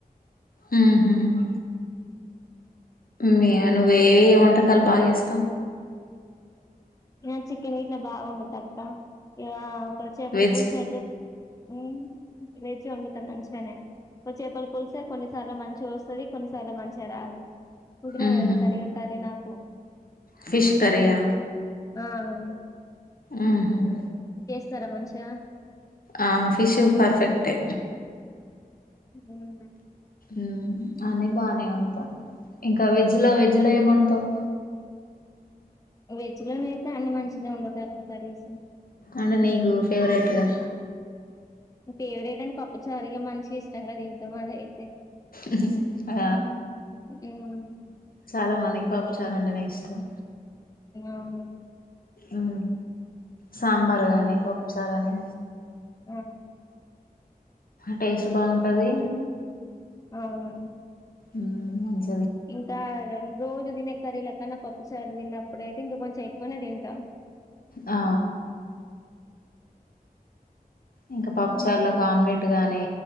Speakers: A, on the left (about 65°); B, on the left (about 20°).
A: ఉమ్ మీ అను వేవేయో వంటకాలు బాగా ఏస్తవ్
B: నేన్ చికెన్ ఇట్లా బా వొండుతా అక్క ఇగ పచ్ చేపల్
A: వెజ్
B: పుల్సు ఐతే నేన్ వెజ్ వొండుత మంచ్ గనే పచ్ చేపల్ పుల్సే కొన్నిసార్ల మంచిగోస్తది కొన్నిసార్ల మంచిగా రాదు కుదరది
A: ఉహు
B: అది సరిగా సరి నాకు
A: ఫిష్ కర్రీయా
B: ఆ ఔను
A: ఊహుమ్
B: సరే మంచిగా
A: ఆ ఫిషు ఫర్ ఫెక్టే
B: ఉహుమ్
A: ఉమ్ ఆనే బానే వొంట ఇంకా వెజ్ లో వెజ్ లో ఏమొన్ తవ్
B: వెజ్ లో నైయితే అన్ని మంచిగనే వొండుతాక్క కర్రీస్సు
A: అంటే నీకు ఫేవరెటు గా
B: పేవరేట్ అంటే పప్పుచారు ఇగ మంచి ఇష్టంగ దింటం అదైతే
A: ఉహు ఆ
B: ఉమ్ ఉమ్
A: చాలా మందికి పప్పు చారంటేనే ఇష్టం
B: ఔను
A: ఆ సాంబార్ గానీ పప్పు చార్ అని
B: ఆహ్
A: టేస్టు బాఉంటది
B: ఔను
A: ఊహుమ్ చ్
B: ఇంకా ఆరోన్ రోజు దినే కర్రీలా కన్నా పప్పుచార్ దిన్నప్పుడైయితే ఇంగ కొంచె ఎక్కునే దింటాం
A: ఆ ఇంకా పప్పుచార్ల
B: ఉమ్,
A: ఆమ్లెట్ గానీ